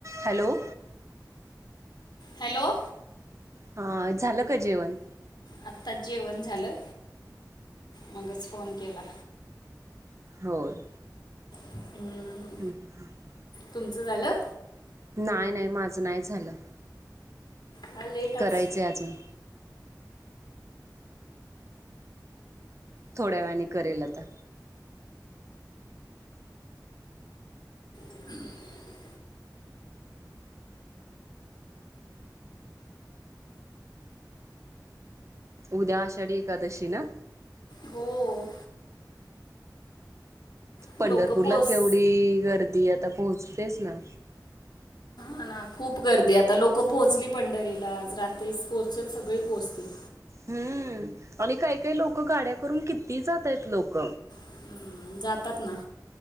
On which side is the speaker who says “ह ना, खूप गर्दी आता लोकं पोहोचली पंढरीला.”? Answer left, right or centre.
Left